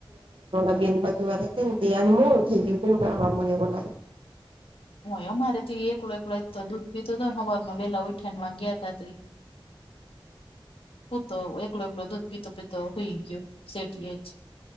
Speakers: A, on the right; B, on the left.
A: બેન બજુવા મોળ થઈ ખબ મને બોનાની-
B: હય અમારે થી એકલો એકલા તો દૂધ પીધું હતો ને અવારમાં વેલા ઉઠણ માં ગયા ત-
A: હમ-
B: પતો એકલો એકલો દૂધ પીતો પીતો હોઈ ગયો સટી જ-